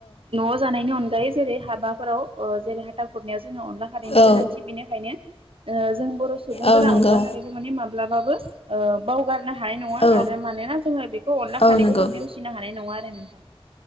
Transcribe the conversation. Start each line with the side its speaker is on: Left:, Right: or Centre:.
Right: न'आव जानायनि अनगायै जेरै हाबाफोराव ओ जेरै हाथा खुरनायाव जोङो अनला खारैनि
Left: औ
Right: गोनांथि बेनिखायनो ओ जों बर' सुबुंफोरा
Left: औ नंगौ
Right: अनला खारैखौ माने माब्लाबाबो ओ बावगारनो हानाय नङा
Left: औ
Right: आरो मानोना जोङो बेखौ अनला
Left: औ
Right: खारैखौ
Left: नंगौ
Right: जों नेवसिनो हानाय नङा आरो नोंथां।